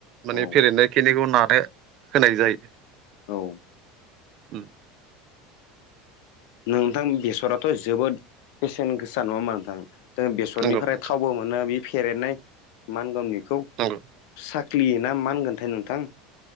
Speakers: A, on the right (about 55°); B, on the left (about 70°).
A: माने
B: औ
A: फेरेदनाय खिनिखौ नानो होनाय जायो।
B: औ
A: उम
B: नोंथां बेसराथ' जोबोद बेसेन गोसा नङा होनबा नोंथां जोङो बेसरनिफ्राय
A: नंगौ नोंथां
B: थावबो मोन नो बे फेरेदनाय मा होनगोन बेखौ
A: नंगौ
B: साख ख्लि ना मा होनगोनथाय नोंथां